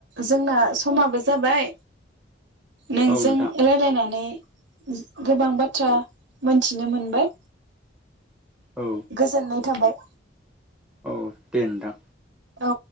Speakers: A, on the right; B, in the centre.
A: जोंना समाबो जाबाय। नोंजों
B: औ नोंथां
A: रायलायनानै। गोबां बाथ्रा मोनथिनो मोनबाय।
B: औ
A: गोजोननाय थाबाय।
B: औ दे नोंथां।
A: औ।